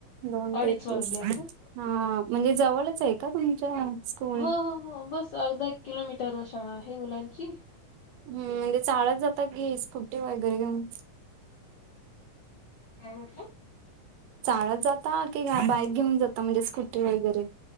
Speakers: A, on the right; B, on the left.
A: दोन
B: अडीच
A: तेतीस
B: वाजले आता
A: हा म्हणजे जवळच आहे का तुमच्या स्कूल
B: हो हो हो बस अर्धा एक किलोमीटर वर शाळा आहे मुलांची.
A: हम्म म्हणजे चाळत जातात की, स्कुटी वगैरे घेऊन.
B: काय म्हटली.
A: चाळत जाता की काय बाईक घेऊन जाता म्हणजे स्कूटी वगैरे